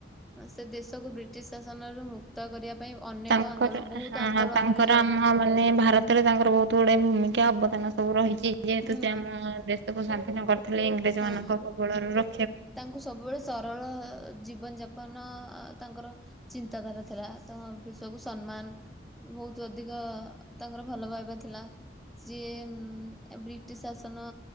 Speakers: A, in the centre; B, on the right.
A: ସେ ଦେଶକୁ ବି ଶ ଶାସନରୁ ମୁକ୍ତ କରିବା ପାଇଁ ଅନେକ
B: ତାଙ୍କର
A: ଆନ୍ଦୋଳନ ବହୁତ ଆନ୍ଦୋଳନରେ
B: ହଁ ତାଙ୍କର ଆମ ମାନେ ଭାରତରେ ତାଙ୍କର ବହୁ ତ ଗୁଡେ ଭୂମିକା ଅବଦାନ ସବୁ ରହିଛି ଯେହେତୁ
A: ହୁଁ
B: ସେ ଆମ ଦେଶକୁ ସ୍ୱାଧୀନ କ ରିଥିଲେ ଇଂରେଜମାନଙ୍କ
A: ହଁ
B: କବଳରୁ ର
A: ତାଙ୍କୁ ସବୁବେଳେ ସରଳ ଜୀବନ ଯାପ ନ କଣ ତାଙ୍କର ଚିନ୍ତାଧାରା ଥିଲା ତ ବି ସବୁ ସମ୍ମାନ। ବହୁତ ଅଧିକ ତାଙ୍କର ଭଲ ପାଇବା ଥିଲା। ସିଏ ଉମ ବ୍ରିଟିଶ ଶାସନ